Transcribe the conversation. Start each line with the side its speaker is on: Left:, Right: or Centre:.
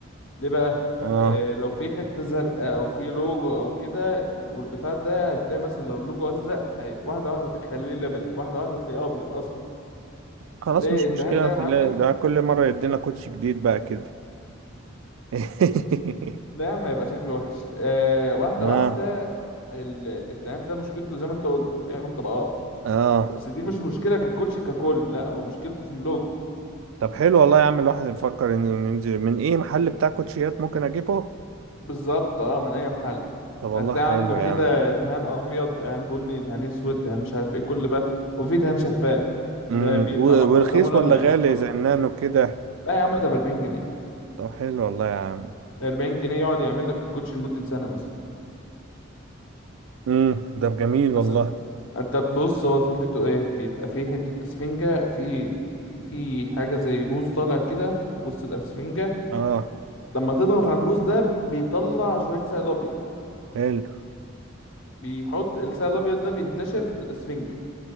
Left: ليه بقى
Right: اه
Left: آه، لو في حته زرقاء او في لوجو او كده والبتاع ده هتلاقي مثلا لو اللوجو ازرق هي- واحده واحده هتخليه لبني واحده واحده هتلاقيه ابيض اصلا
Right: خلاص
Left: ليه
Right: مش
Left: الدهان
Right: مشكلة
Left: ده
Right: نخليه
Left: يا معلم
Right: ده كل مرة يدينا كوتشي جديد بقى كده <laughs>
Left: لا ما يبقى شكله وحش آه، واحده
Right: اه
Left: واحده ال- الدهان ده مشكلته زي ما انت قلت بيعمل طبقات
Right: اه
Left: بس دي مش مشكلة ككوتش ككل لا هو مشكلته في اللوجو
Right: طب حلو والله يا عم الواحد يفكر انه ينزل من ايه محل بتاع كوتشيات ممكن اجيبه
Left: بالظبط اه من اي محل
Right: طب والله
Left: هتلاقي
Right: حلو
Left: عنده كده
Right: يا عم
Left: دهان ابيض دهان بني دهان اسود دهان مش عارف ايه كل بقى وفي دهان شفاف
Right: امم
Left: ده بينفع
Right: و-
Left: مع كل
Right: ورخيص
Left: ده ملمع
Right: ولا غالي
Left: يعتبر
Right: زي النانو كده
Left: لا يا عم ده ب 40 جنيه
Right: طب حلو والله يا عم
Left: 40 جنيه يقعد يعمل لك الكوتش لمدة سنة مثلا
Right: امم ده جميل والله
Left: اصلا انت بص هو فكرته ايه بيبقى في حتة اسفنجة في في, في حاجة زي بوز طالع كده وسط الاسفنجة
Right: اه
Left: لما تضغط على البوز ده بيطلع شوية سائل ابيض
Right: حلو
Left: بيحط السائل الابيض ده بينتشر في الاسفنجة